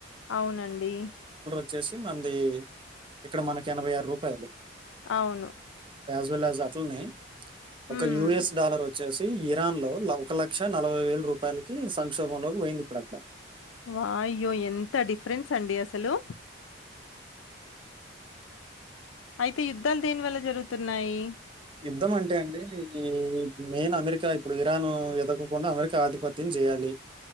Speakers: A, on the left (about 80°); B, on the right (about 25°).
A: అవునండి
B: వచ్చేసి మంది ఇక్కడ మనకి ఎనభై ఆరు రూపాయలు
A: అవును
B: సో యాస్ అట్లనే ఒక
A: ఉమ్,
B: యుఎస్ డాలర్ వచ్చి వచ్చేసి ఇరాన్ లో ఒక లక్ష నలభై వేల రూపాయలకి సంక్షోభంలోకి పోయింది ఇప్పుడు అక్కడ
A: వాయ్ అయ్యో ఎంత డిఫరెన్స్ అండి అసలు అయితే యుద్ధాలు దేనివల్ల జరుగుతయ్ తున్నాయి
B: యుద్ధం అంటే అండి ఈ మెయిన్ అమెరికా ఇప్పుడు ఇరాన్ ఎదో <unintelligible> కుండా అమెరికా ఆధిపత్యం చేయాలి